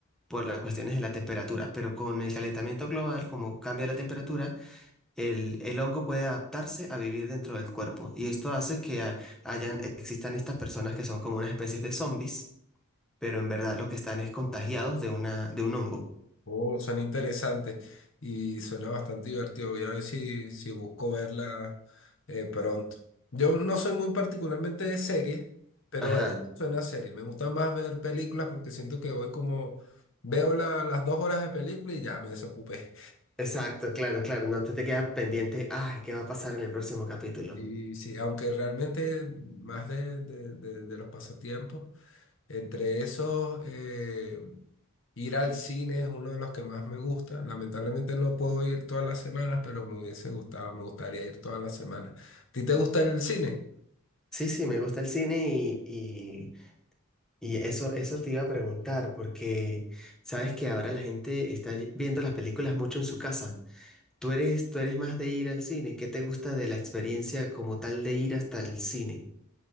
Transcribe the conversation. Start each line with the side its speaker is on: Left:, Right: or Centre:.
Centre: por las cuestiones de la temperatura, pero con el calentamiento global, como cambia la temperatura, el, el hongo puede adaptarse a vivir dentro del cuerpo y esto hace que ha- hayan, existan estas personas que son como una especie de zombies, pero en verdad lo que están es contagiados de una, de un hongo.
Left: Oh, suena interesante y suena bastante divertido. Voy a ver si, si busco verla eh, pronto. Yo no soy muy particularmente de series, pero
Centre: Ajá,
Left: esta suena a serie. Me gusta más ver películas porque siento que voy como veo la- las dos horas de película y ya me desocupé.
Centre: exacto, claro, claro, no te, te quedas pendiente, ay, ¿qué va a pasar en el próximo capítulo?
Left: Y sí, aunque realmente más de, de- de- de los pasatiempos, entre esos eh, Ir al cine es uno de los que más me gusta. Lamentablemente no puedo ir todas las semanas, pero me hubiese gustado, me gustaría ir todas las semanas. ¿A ti te gusta el cine?
Centre: Sí, sí, me gusta el cine y, y- y eso, eso te iba a preguntar, porque sabes que ahora la gente está ye- viendo las películas mucho en su casa. ¿Tú eres, tú eres más de ir al cine? ¿Qué te gusta de la experiencia como tal de ir hasta el cine?